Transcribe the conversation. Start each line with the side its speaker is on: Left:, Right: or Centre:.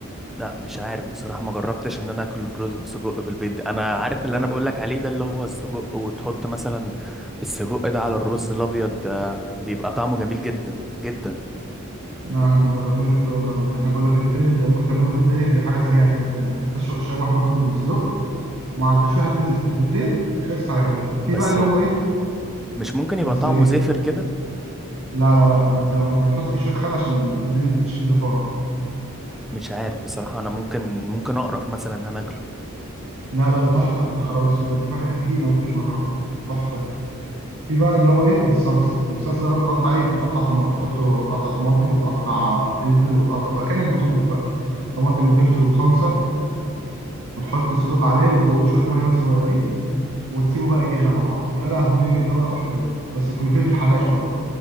Centre: لا مش عارف بصراحة ما جربتش ان انا اكل رز سجق بالبيض ده. انا عارف اللي
Right: ده
Centre: انا بقول لك عليه ده اللي هو السجق وتحط مثلا السجق ده على الرز الابيض ده بيبقى طعمه جميل جدا جدا
Right: لا احنا ما جربناش بصدق ولا بيض ده احنا بقول لك البيض انت ممكن تعمله بالبيض ده ايه دي حاجه سريعه كده ت- تشوح شوح برضو الصدوق مع التشويحه تنزل بالبتين خلصت على كده في
Centre: بس
Right: بقى اللي هو ايه
Centre: مش ممكن يبقى
Right: بس
Centre: طعمه
Right: ايه
Centre: زافر كده
Right: لا لا لا انت انت بتحط فيه شويه خل عشان زي- تشيل الزفاره
Centre: مش عارف بصراحة انا ممكن ممكن اقرف مثلا ان انا اكله
Right: لا لا ده تحفه يا خرابي السود ده انت فايتك كتير لو انت مش مجربه تحفه في بقى اللي هو ايه بالصلصه اللي بالصلصه ده بقى بتقطع ايه بتحط طماطم تحطه قطع طماطم وتقطع فلفل وتقطع بقى كانك بتطبخ بقى طماطم وفلفل وصلصه وتحط الصدوق عليه وتزوده شويه ميه بس صغيرين وتسيبه بقى يغلى مع بعض يا لهوي ده بقى تحفه ده بس يكون فلفل حلاق شويه